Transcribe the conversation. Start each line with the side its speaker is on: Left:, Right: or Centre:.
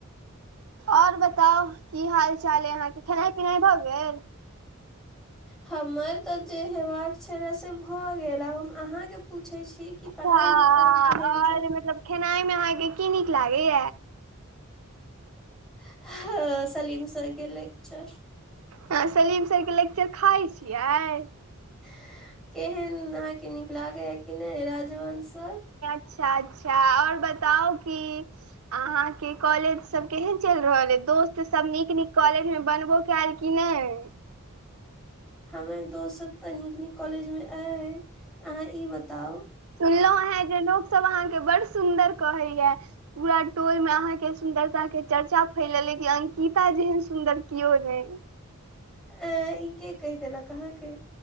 Right: और बताउ की हाल चाल य यहाँ केँ खेनाइ पिनाइ भए गेल?
Centre: हमर तऽ जे हेबाक छलए से भऽ गेल आब हम अहाँ केँ पूछै छी कि पढ़ाई
Right: हँ
Centre: लिखाइ केहन
Right: और
Centre: चलै
Right: मतलब खेनाइ मे अहाँकेँ की नीक लागैय
Centre: <unintelligible> सलीम सरके लेेक्चर
Right: अहाँ सलीम सर केँ लेक्चर खाइ छियै
Centre: <inaudible> केहन अहाँ केँ नीक लागे य कि नहि राजवंश सर
Right: अच्छ अच्छ ओर बताउ की अहाँकेँ कॉलेज सब केहन चैल रहल ह दोस्त सब नीक निक कॉलेज में बनबो <unintelligible>
Centre: हमर दोस्त सब तऽ नीक नीक कॉलेज मे अय अहाँ ई बताउ
Right: सुनलहु हे जे लोक सब अहाँकेँ बड़ सुंन्दर कहे य पूरा टोल मे अहाँकेँ सुन्दरता केँ चर्चा फैलल यऽ की अंकिता जेहन सुन्दर केओ नहि
Centre: ऐ ई केय कहि देलक अहाँकेँ